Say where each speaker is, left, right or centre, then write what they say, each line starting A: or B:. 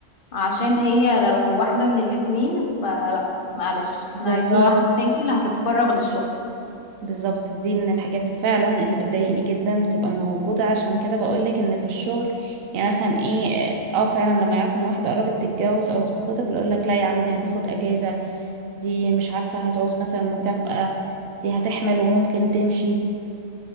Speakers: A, on the left; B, on the right.
A: عشان هي لو واحدة من الاتنين فلا معلش احنا
B: بالظبط
A: عايزين واحدة تاني اللي هتتفرغ للشغل
B: بالظبط دي من الحاجات فعلا اللي بتضايقني جدا بتبقى موجوده عشان كده بقولك ان في الشغل يعني مثلا ايه اه فعلا لما يعرف ان واحده قربت تتجوز او تتخطب اللي يقولك لا يا عم دي هتاخد اجازه دي مش عارفه هتعوز مثلا مكافاه دي هتحمل وممكن تمشي